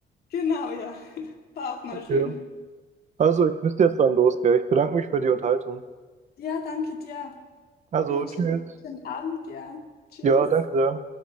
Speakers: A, on the left; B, on the right.
A: Genau, ja. <laughs> War auch mal
B: Okay.
A: schön.
B: Also, ich müsste jetzt dann los, gell? Ich bedanke mich für die Unterhaltung.
A: Ja, danke dir.
B: Also,
A: Einen
B: tschüss.
A: schönen, schönen Abend, ja. Tschüss.
B: Ja, danke sehr.